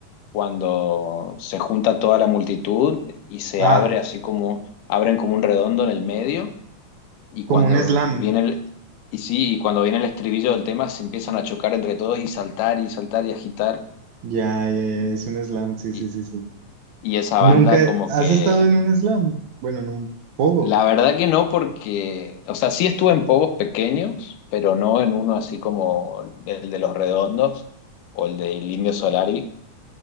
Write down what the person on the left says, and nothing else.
cuando se junta toda la multitud y se
abre así como, abren como un redondo en el medio, y
cuando
viene el, y sí, y cuando viene el estribillo del tema se empiezan a chocar entre todos y saltar y saltar y agitar,
y,
y esa
banda como
que
La verdad que no, porque, o sea, sí estuve en pogos pequeños, pero no en uno así como el de Los Redondos o el del Indio Solari,